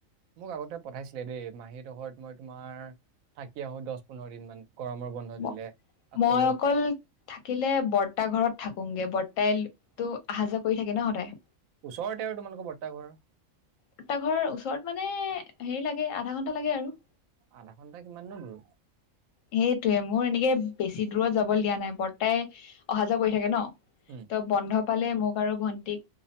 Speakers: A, on the right; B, on the left.
A: মোক আগতে পঠাইছিলে দেই। মাহীহঁতৰ ঘৰত মই তোমাৰ থাকি আহো দশ, পোন্ধৰ দিন মান গৰমৰ বন্ধ
B: ম
A: দিলে আকৌ
B: মই অকল থাকিলে বৰ্তা ঘৰত থাকোঙগে। বৰ্তাইটো অহা-যোৱা কৰি থাকে ন' সদায়।
A: ওচৰতে আৰু তোমালোকৰ বৰ্তা ঘৰ?
B: বৰ্তা ঘৰ ওচৰত মানে, হেৰি লাগে আধা ঘন্টা লাগে আৰু।
A: আধা ঘণ্টা কিমাননো দূৰ।
B: সেইটোৱে মোৰ এনেকে বেছি দূৰত যাবলে দিয়া নাই। বৰ্তাই অহা-যোৱা কৰি থাকে ন'?
A: উম
B: ত' বন্ধ পালে মোক আৰু ভন্টিক